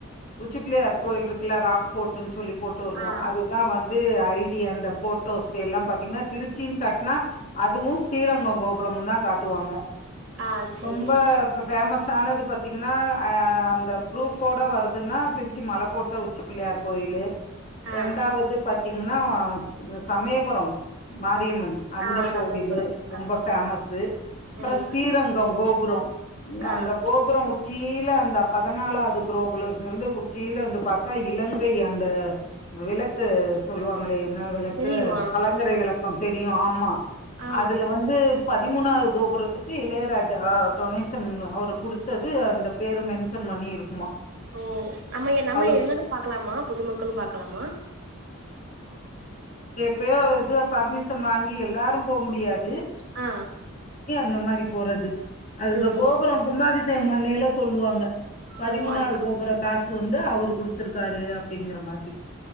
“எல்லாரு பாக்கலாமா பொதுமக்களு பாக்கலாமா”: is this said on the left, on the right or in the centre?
Right